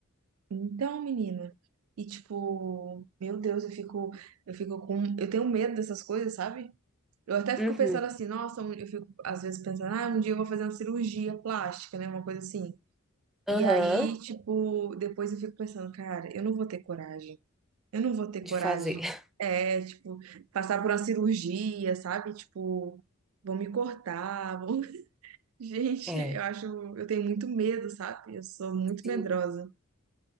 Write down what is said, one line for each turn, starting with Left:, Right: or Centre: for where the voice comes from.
Right: Então, menina. E tipo, meu Deus, eu fico, eu fico com, eu tenho medo dessas coisas, sabe? Eu até fico
Centre: Uhum,
Right: pensando assim, nossa, um- eu fico às vezes pensando, ah, um dia eu vou fazer uma cirurgia plástica, né, uma coisa assim.
Centre: aham,
Right: E aí, tipo, depois eu fico pensando, cara, eu não vou ter coragem. Eu não vou ter
Centre: de
Right: coragem.
Centre: fazer.
Right: É, tipo, passar por uma cirurgia, sabe? Tipo, vão me cortar, vão... <laughs> Gente,
Centre: <laughs>
Right: eu acho, eu tenho muito medo, sabe? Eu sou muito
Centre: É.
Right: medrosa.